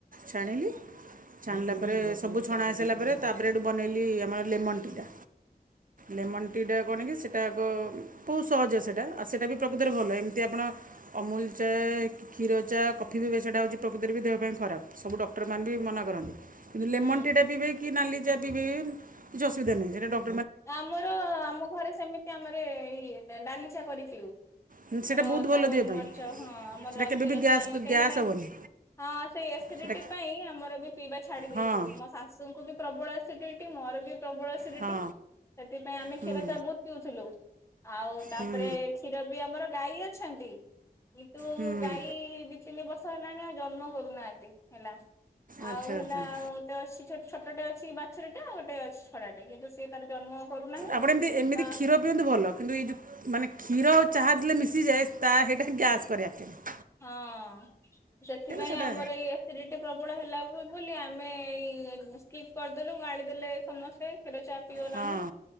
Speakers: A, on the right; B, on the left.
A: ଛାଣିଲି। ଛାଣିଲା ପରେ ସବୁ ଛଣା ହେଇସାରିଲା ପରେ ତାପରେ ହେଠୁ ବନେଇଲି ଆମର ଲେମନ ଟି ଟା ଲେମନ ଟି ଟା କଣ କି ସେଇଟା ଆଗ ବହୁତ ସହଜ ସେଟା ଆଉ ସେଇଟା ବି ପ୍ରକୃତରେ ଭଲ ଏମିତି ଆପଣ ଅମୁଲ ଚ ରେ କ୍ଷୀର ଚା କଫି ବି ବେ ସେଇଟା ହେଉଛି ପ୍ରକୃତରେ ବି ଦେହ ପାଇଁ ଖରାପ ସବୁ ଡକ୍ଟରମାନେ ବି ମନାକରନ୍ତି। କିନ୍ତୁ ଲେମନ
B: ହୁଁ।
A: ଟି ଟା ପିବେ କି ନାଲି ଚା ପିବେ କିଛି ଅସୁବିଧା ନାହିଁ ସେଟା ଡକ
B: ଆମର ଆମ ଘରେ ସେମିତି ଆମର ଏଇ ନାଲି ଚା କରି ପିଉ।
A: ହୁଁ, ସେଇଟା
B: ଆମର
A: ବହୁତ
B: ଅଦା
A: ଭଲ
B: ଗୋଲମରିଚ
A: ଦେହ ପାଇଁ
B: ହଁ ଆମର
A: ସେଇଟା
B: ଆଉ
A: କେବେ
B: କ୍ଷୀରଚା
A: ବି ଗ୍ୟାସ୍
B: ଆମେ କାହିଁକି
A: ଗ୍ୟାସ୍
B: ନା
A: ହେବନି
B: ହଁ ସେଇ ଏସିଡିଟି
A: ସେଇଟା
B: ପାଇଁ ଆମର ବି ପିଇବା ଛାଡି
A: ହଁ
B: ଦେଇଛୁ ମୋ ଶାଶୁଙ୍କୁ ବି ପ୍ରବଳ ଏସ ଡିଟି ମୋର ବି ପ୍ରବଳ ଏସିଡିଟି
A: ହଁ
B: ସେଥିପାଇଁ ଆମେ
A: ହୁଁ
B: କ୍ଷୀର ଚା ବହୁତ ପିଉଥିଲୁ ଆଉ ତାପରେ
A: ହୁଁ
B: କ୍ଷୀର ବି ଆମର ଗାଈ ଅଛନ୍ତି କିନ୍ତୁ
A: ହୁଁ
B: ଗାଈ ଦି ତିନି ବଶ୍ ର୍ଷ ହେଲାଣି ଆଉ ଜନ୍ମ କରୁନାହାନ୍ତି ହେଲା
A: ଆଚ୍ଛା
B: ଆଉ ହେଲାଉ
A: ଆଚ୍ଛା
B: ଗୋଟେ ଅଛି ଛୋଟଟେ ଅ ଛି ବାଛୁରଟେ ଆଉ ଗୋଟେ ଅଛି ଛଡାଟେ କିନ୍ତୁ ସିଏ ତାର ଜନ୍ମ କରୁନାହିଁ
A: ଆପଣ ଏମିତି ଏମିତି
B: ତ
A: କ୍ଷୀର ପିଅନ୍ତୁ ଭଲ କିନ୍ତୁ ଏଇ ଯୋଉ ମାନେ କ୍ଷୀର ଚାହା ଦେଲେ ମିଶିଯାଏ ତା ହେଇଟା ଗ୍ୟାସ୍ କରାଏ ଆକଚୁଆଲି
B: ହଁ ସେଥିପାଇଁ
A: ସେଇଟା
B: ଆମର ଏଇ ଏସିଡିଟି ପ୍ରବଳ ହେଲାକୁ ଏମ୍ ବୋଲି ଆମେ ଏଇ ସ୍କିପ୍ କରିଦେଲୁ ଗାଳିଦେଲେ ସମସ୍ତେ କ୍ଷୀର ଚା ପିଅନାହିଁ
A: ହଁ